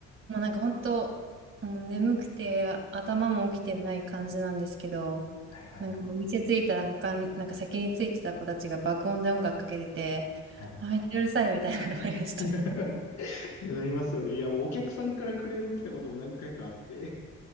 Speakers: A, on the right; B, on the left.
A: もうなんか本当、もう眠くて頭も起きてない感じなんですけど、
B: はいはいはい。
A: なんかお店着いたら他に、なんか先に着いてた子たちが爆音で音楽かけてて、
B: はい。
A: あ、めっちゃうるさいみたいなのもありました。
B: <laughs> いや、なりますよね。いや、もうお客さんからクレーム来たことも何回かあって、